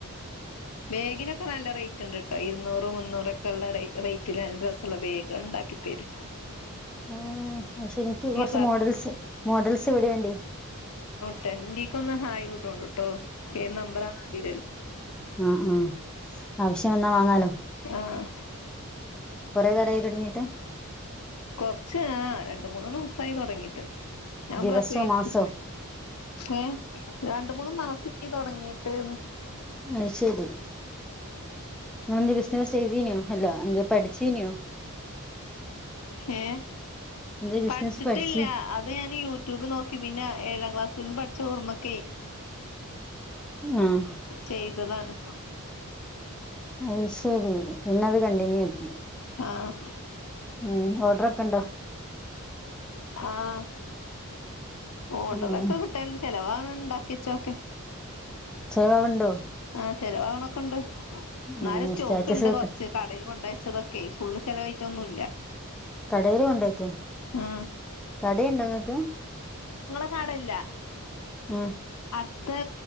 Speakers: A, in the centre; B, on the left.
A: <inaudible>
B: ബേഗിനൊക്കെ നല്ല റേറ്റ് ഉണ്ട്ട്ടോ ഇരുന്നൂറ് മുന്നൂറൊക്കെ ഉള്ള റേറ്റ് രസമുള്ള ബേഗ് ഉണ്ടാക്കി ത <inaudible>
A: ഉം പക്ഷെ എനിക്ക് കൊറച്ച്
B: പറ
A: മോഡൽസ് മോഡൽസ് ഇവിടെ ണ്ടേ
B: ട്ടെന്തീക്ക ഒന്ന് ഹൈവുഡ് ണ്ട് ട്ടോ ഏ നമ്പറല്
A: ആ ആ ആവശ്യം എന്നാ വാങ്ങാലോ
B: ആഹ്
A: കുറെേ വേറായി തുടങ്ങിട്ട്
B: കൊറച്ച് ആ രണ്ട് മൂന്ന് മാസായി തുടങ്ങിട്ട് ഞാൻ
A: ദിവസോ
B: പ്രസയിച്ചിട്ട്
A: മാസോ
B: ഏ രണ്ട് മൂന്ന് മാസായി തുടങ്ങിട്ട് <unintelligible>
A: അ ശരി ന്ത് ബിസിനസ് ചെയ്തീനോ ഹല്ലോ അഞ്ച പഠിച്ചീനിയോ
B: ഏ
A: എന്തേ ബിസിനസ്
B: പഠിച്ചിട്ടില്ല
A: പഠിച്ചീ
B: അത് ഞാൻ യൂട്യൂബ് നോക്കി പിന്നെ ഏഴാം ക്ലാസ്സിൽ നിന്ന് പഠിച്ച ഓർമ്മക്കേ
A: ആഹ്
B: ചെയ്തതാണ്
A: അയ് ശരി പിന്നെ അത് കണ്ടിന്യൂ ആക്കി
B: ആഹ്
A: ഉം ഓർഡറൊ കണ്ടോ
B: ആഹ ഓടറൊക്കെ
A: ഉം
B: കിട്ടണ്ട് ചെലവാണ് ഉണ്ടാക്കിച്ചോക്കെ
A: ചെലവാവുണ്ടോ
B: ആ ചെലവാവണൊക്കെ ഉണ്ട് എന്നാലും
A: ഏഹ്
B: സ്റ്റോക്ക്ണ്ട്
A: സ്റ്റാറ്റസ് വെക്ക്
B: കൊറച്ച് കടേല് കൊണ്ടോയി ച്ചതൊക്കെ ഫുളള് ചെലവായിട്ടൊന്നും ഇല്ല
A: കടയിലും കൊണ്ടക്ക്
B: ആഹ്
A: കടുണ്ടങ്ങക്ക്
B: നടടല്ല
A: ആഹ
B: അടുത്തെ